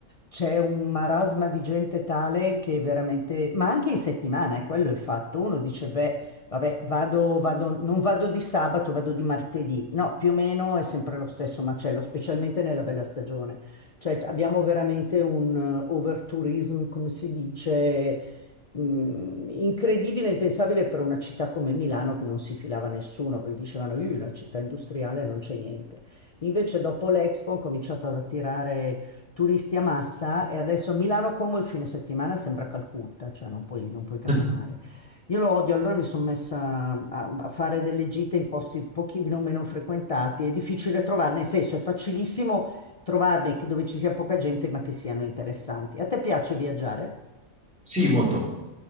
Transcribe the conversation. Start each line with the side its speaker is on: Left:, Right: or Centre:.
Left: c'è un marasma di gente tale che veramente, ma anche in settimana, è quello il fatto. Uno dice, beh, vabbè, vado, vado, non vado di sabato, vado di martedì. No, più o meno è sempre lo stesso macello, specialmente nella bella stagione. Cioè, abbiamo veramente un eh, overtourism, come si dice, mh, incredibile, impensabile per una città come Milano che non si filava nessuno, perché dicevano, io la città industriale non c'è niente. Invece dopo l'Expo ho cominciato ad attirare turisti a massa e adesso Milano Como il fine settimana sembra Calcutta, cioè non puoi, non puoi camminare.
Centre: <laughs>
Left: Io lo odio, allora mi sono messa a, a fare delle gite in posti un pochino meno frequentati. È difficile trovarne, nel senso è facilissimo trovarne che- dove ci sia poca gente ma che siano interessanti. A te piace viaggiare?
Centre: Sì, molto.